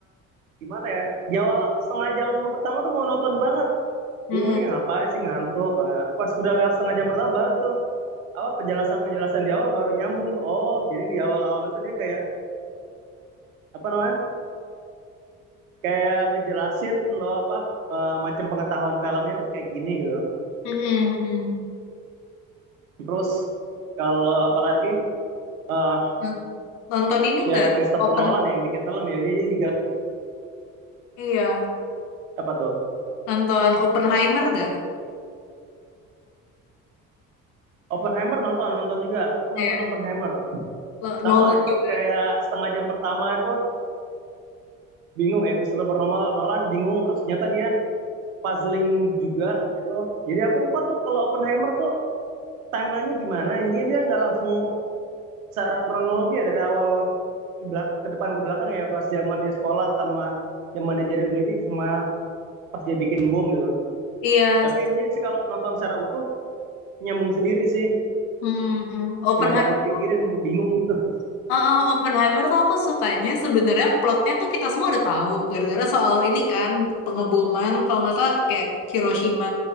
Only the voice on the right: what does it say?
gimana ya? Di awal setengah jam pertama tuh monoton banget.
Bingung nih ngapain sih ngantuk. Eh, Pas sudah lewat setengah jam pertama baru tuh apa penjelasan-penjelasan di awal baru nyambung tuh. Oh, jadi di awal-awal itu dia kayak apa namanya? Kayak ngejelasin loh apa eh, macam pengetahuan filmnya tuh kayak gini gitu
Terus kalau apalagi eh
ya
Christopher
Nolan yang bikin film ya dia dia juga
apa tuh
Oppenheimer nonton nonton juga aku
nonton Oppenheimer
sama itu
kayak setengah jam pertama itu bingung ya Christopher Nolan Nolan bingung terus ternyata dia puzzling juga itu jadi aku lupa tuh kalau Oppenheimer tuh timelinenya gimana intinya dia nggak langsung secara kronologi ya dari awal ke belak ke depan ke belakang ya pas zaman dia sekolah sama zaman dia jadi peneliti sama pas dia bikin bom gitu
tapi intinya sih kalau nonton secara utuh nyambung sendiri sih
sama jangan dipikirin bingung gitu <laughs>